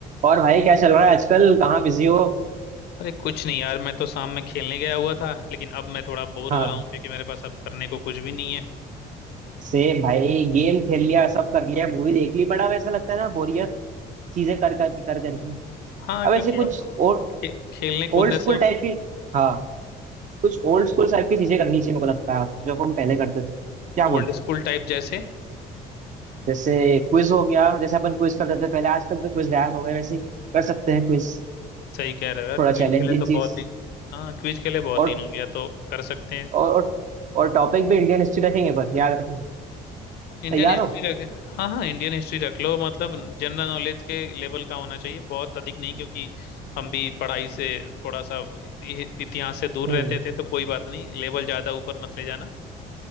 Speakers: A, on the right; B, on the left.
A: और भाई क्या चल रहा है आजकल कहाँ बिजी हो
B: अरे कुछ नहीं यार मैं तो शाम में खेलने गया हुआ था लेकिन अब मैं थोड़ा बोर
A: हाँ
B: हो रहा हूँ क्योंकि मेरे पास अब करने को कुछ भी नहीं है
A: सेम भाई गेम खेल लिया सब कर लिया मूवी देख ली बड़ा वैसा लगता है ना बोरियत चीजें कर कर कर करके
B: हाँ
A: अब
B: क्योंकि
A: ऐसे कुछ
B: अब
A: ओल्ड
B: खे, खेलने कूदने
A: स्कूल
B: से अब
A: टाइप की हाँ कुछ ओल्ड स्कूल टाइप की चीजें करनी चाहिए मेरे को लगता है जो अपन पहले करते थे क्या बोलते
B: ओल्ड स्कूल
A: हैं
B: टाइप जैसे
A: जैसे क्विज हो गया जैसे अपन क्विज करते थे पहले आजकल तो क्विज गायब हो गए वैसे ही कर सकते हैं क्विज
B: सही कह रहे हो यार
A: थोड़ा
B: क्विज
A: चैलेंजिंग
B: खेले तो
A: चीज
B: बहुत दिन हाँ क्विज खेले बहुत
A: और
B: दिन हो गया तो कर सकते हैं
A: और और, और टॉपिक भी इंडियन हिस्ट्री रखेंगे पर याद रखना
B: इंडियन
A: तैयार
B: हिस्ट्री
A: हो
B: रख हाँ हाँ इंडियन हिस्ट्री रख लो मतलब जनरल नॉलेज के लेवल का होना चाहिए बहुत अधिक नहीं क्योंकि हम भी पढ़ाई से थोड़ा सा इ- इतिहास से दूर
A: हम्म
B: रहते थे तो कोई बात नहीं लेवल ज्यादा ऊपर मत ले जाना